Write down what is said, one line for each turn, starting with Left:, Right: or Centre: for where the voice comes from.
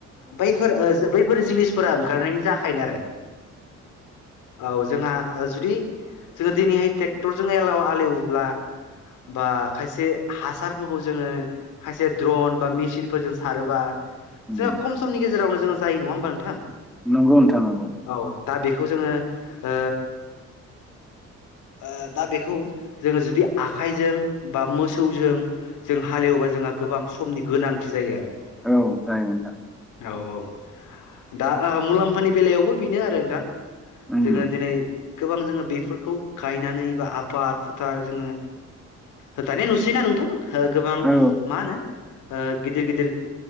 Left: बैफोर जिनिसफोरा ओंखारनायनि थाखायनो आरो औ जोंहा जु बि जोङो दिनैहाय ट्रेक्टरजोंल एलाव हालेवोब्ला बा खायसे हासारफोरखौ जोङो खायसे द्रन बा मेसिनफोरजों सारोबा
Centre: उम
Left: जोंहा खम समनि गेजेरावनो जों जायो नङा होनोमबा नोंथां
Centre: नंगौ नोंथां नंगौ
Left: औ दा बेखौ जोङो ओ ओ दा बेखौ जोङो जुदि आखाइजों बा मोसौजों जों हालेवबा जोंहा गोबां समनि गोनांथि जायो आरो
Centre: औ जायो नोंथां
Left: औ औ दा ओ मुलाम्फानि बेलायावबो बेनो आरो नोंथां
Centre: उम
Left: जोंङो दिनै गोबां जोङो बेफोरखौ गायनानै बा आबाद फोथार जोङो होदानाय नुसैयोना नोंथां ओ गोबां
Centre: औ
Left: मा ओ गिदिर गिदिर